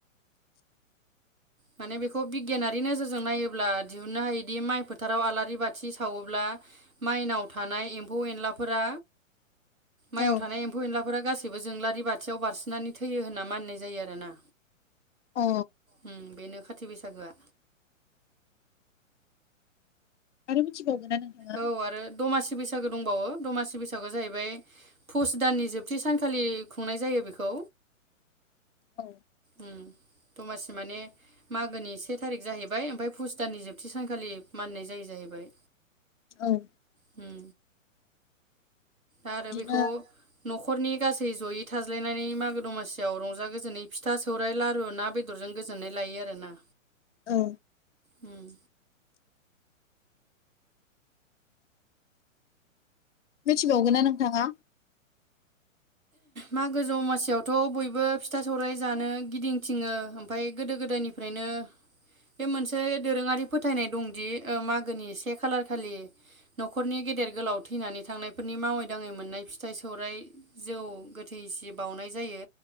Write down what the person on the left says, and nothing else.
औ
अ
आरो मिथि बावोना नोंथाङा
औ
औ
बिदिनो
औ
मिथिबावगोन ना नोंथाङा